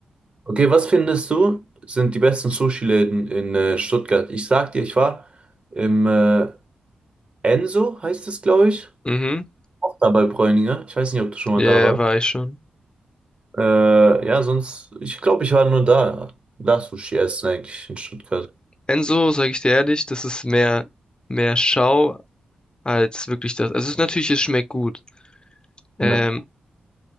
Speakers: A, on the right; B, on the left.
A: Okay, was findest du, sind die besten Sushi-Läden in äh, Stuttgart? Ich sag dir, ich war im äh, Enso, heißt es, glaube ich.
B: Mhm,
A: Auch da bei Bräuninger. Ich weiß nicht, ob du schon
B: ja,
A: mal da warst.
B: war ich schon.
A: Äh, ja, sonst, ich glaube, ich war nur da. Da Sushi essen eigentlich in Stuttgart.
B: Enso, sage ich dir ehrlich, das ist mehr, mehr Schau als wirklich das. Also es ist natürlich, es schmeckt gut. Ähm,
A: Ja.